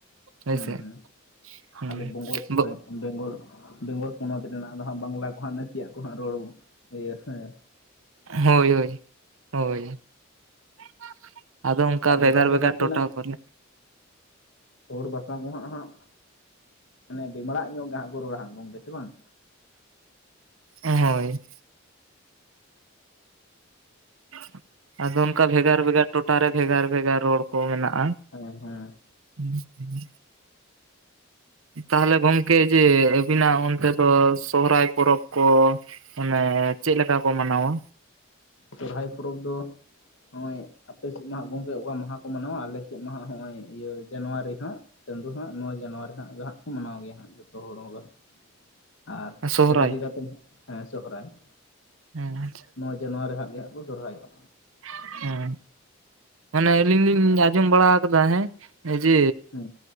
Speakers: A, on the right; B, on the left.
A: ᱦᱳᱭ
B: ᱦᱩᱸ
A: ᱥᱮ
B: ᱦᱩᱸ
A: <unintelligible>
B: ᱟᱞᱮ ᱵᱚᱝᱜᱚᱞ ᱵᱮᱝᱜᱚᱞ ᱵᱮᱝᱜᱚᱞ ᱯᱚᱱᱚᱛ ᱨᱮᱱᱟᱜ ᱫᱚ ᱦᱟᱸᱜ ᱵᱟᱝᱞᱟ ᱠᱚ ᱦᱟᱸᱜ ᱱᱟᱥᱤᱭᱟᱹᱜ ᱠᱚ ᱦᱟᱸᱜ ᱨᱚᱲᱚ ᱤᱭᱟᱹ ᱦᱮᱸ ᱾
A: ᱦᱳᱭ ᱦᱳᱭ ᱦᱳᱭ <inaudible> ᱟᱫᱚ ᱚᱱᱠᱟ
B: ᱟᱨ
A: ᱵᱷᱮᱜᱟᱨ
B: ᱡᱟᱭᱜᱟ ᱡᱟᱭᱜᱟ
A: ᱵᱷᱮᱜᱟᱨ
B: ᱛᱮᱱᱟᱜ
A: ᱴᱚᱴᱷᱟ ᱯᱟᱞᱮᱫ?
B: ᱦᱚᱲ ᱵᱟᱥᱟ ᱜᱚᱸ ᱦᱟᱸᱜ ᱦᱟᱸᱜ ᱾ ᱢᱟᱱᱮ ᱵᱮᱢᱲᱟᱜ ᱧᱚᱜ ᱜᱮᱦᱟᱸᱜ ᱠᱚ ᱨᱚᱲᱟ ᱦᱟᱸᱜ ᱜᱚᱝᱠᱮ ᱥᱮ ᱵᱟᱝ?
A: <inaudible> ᱦᱳᱭ ᱾ <inaudible> ᱟᱫᱚ ᱚᱱᱠᱟ ᱵᱷᱮᱜᱟᱨ ᱵᱷᱮᱜᱟᱨ ᱴᱚᱴᱷᱟ ᱨᱮ ᱵᱷᱮᱜᱟᱨ ᱵᱷᱮᱜᱟᱨ ᱨᱚᱲ ᱠᱚ ᱢᱮᱱᱟᱜᱼᱟ ᱾
B: <unintelligible>
A: <unintelligible> ᱛᱟᱦᱚᱞᱮ ᱜᱚᱝᱠᱮ ᱡᱮ ᱟᱹᱵᱤᱱᱟᱜ ᱚᱱᱛᱮ ᱫᱚ ᱥᱚᱦᱚᱨᱟᱭ ᱯᱚᱨᱚᱵᱽ ᱠᱚ ᱾ ᱚᱱᱮ ᱪᱮᱫ ᱞᱮᱠᱟ ᱠᱚ ᱢᱟᱱᱟᱣᱟ?
B: ᱥᱚᱨᱚᱦᱟᱭ ᱯᱚᱨᱚᱵᱽ ᱫᱚ ᱱᱚᱜᱼᱚᱭ ᱟᱯᱮᱥᱮᱫ ᱢᱟᱦᱟᱜ ᱜᱚᱝᱠᱮ ᱚᱠᱟ ᱢᱟᱦᱟ ᱠᱚ ᱢᱟᱱᱟᱣᱟ ᱟᱞᱮ ᱥᱮᱫ ᱢᱟᱦᱟ ᱱᱚᱜᱼᱚᱭ ᱤᱭᱟᱹ ᱡᱟᱱᱩᱣᱟᱨᱤ ᱦᱟᱸᱜ ᱪᱟᱸᱫᱳ ᱦᱟᱸᱜ ᱱᱚᱜᱼᱚᱭ ᱡᱟᱱᱩᱣᱟᱨᱤ ᱦᱟᱸᱜ ᱜᱮ ᱦᱟᱸᱜ ᱠᱚ ᱢᱟᱱᱟᱣ ᱜᱮᱭᱟ ᱦᱟᱸᱜ ᱡᱚᱛᱚ ᱦᱚᱲ ᱦᱳᱜᱟ ᱾ ᱟᱨ
A: ᱥᱚᱦᱨᱟᱭ
B: ᱡᱮᱜᱟ ᱡᱮᱜᱟ ᱛᱮ ᱦᱮᱸ ᱥᱚᱨᱦᱟᱭ ᱾
A: ᱦᱮᱸ <unintelligible> ᱟᱪᱷᱟ ᱾
B: ᱱᱚᱣᱟ ᱡᱮ ᱱᱣᱟᱨᱮ ᱦᱟᱸᱜ ᱜᱮ ᱦᱟᱸᱜ ᱠᱚ ᱥᱚᱨᱦᱟᱭᱚᱜᱼᱟ᱾
A: <inaudible> ᱢᱟᱱᱮ ᱟᱹᱞᱤᱧ ᱞᱤᱧ ᱟᱸᱡᱚᱢ ᱵᱟᱲᱟ ᱟᱠᱟᱫᱟ ᱦᱮᱸ᱾ ᱮᱡᱤ
B: ᱦᱮᱸ